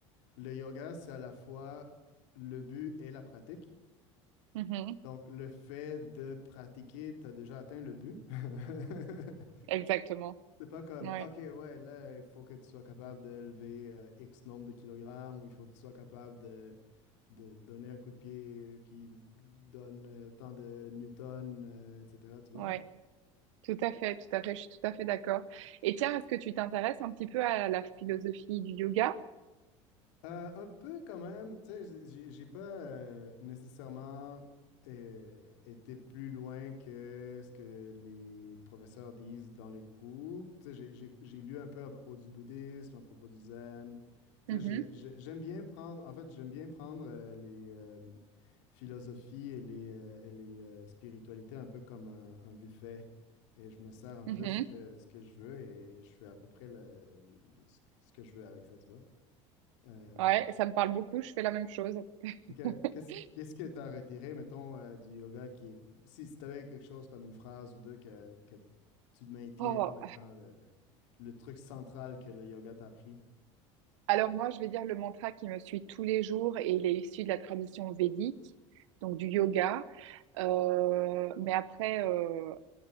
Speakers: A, on the left; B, on the right.
A: le yoga, c'est à la fois le but et la pratique.
B: mhm,
A: Donc, le fait de pratiquer, tu as déjà atteint le but. <laughs>
B: exactement.
A: C'est pas comme,
B: Ouais,
A: OK, ouais, là, il faut que tu sois capable de lever euh, X nombre de kilogrammes ou il faut que tu sois capable de de donner un coup de pied qui donne euh, tant de newtons, euh, etc. Tu vois?
B: ouais. Tout à fait, tout à fait, je suis tout à fait d'accord. Et tiens, est-ce que tu t'intéresses un petit peu à la philosophie du yoga?
A: Euh, un peu quand même, tu sais, j'ai j'ai- j'ai pas euh, nécessairement euh, été plus loin que ce que les professeurs disent dans les cours. Tu sais, j'ai j'ai- j'ai lu un peu à propos du bouddhisme, à propos du zen. Tu
B: Mhm,
A: sais, j'ai- j'ai- j'aime bien prendre, en fait, j'aime bien prendre euh, les euh, philosophies et les, euh, et les euh, spiritualités un peu comme un, un buffet. Et je me sers un
B: mhm.
A: peu ce que, ce que je veux et je fais à peu près le, le- le- ce que ce que je veux avec ça, tu vois. Euh,
B: Ouais, ça me parle beaucoup, je fais la même chose. <laughs>
A: Ok. Qu'est-ce qu'est-ce que tu as retiré, mettons, euh, du yoga qui est. Si, si tu avais quelque chose comme une phrase ou deux que, que tu maintiens
B: Oh,
A: comme étant le, le truc central que le yoga t'a appris.
B: alors moi, je vais dire le mantra qui me suit tous les jours et il est issu de la tradition védique, donc du yoga. Euh, mais après, euh,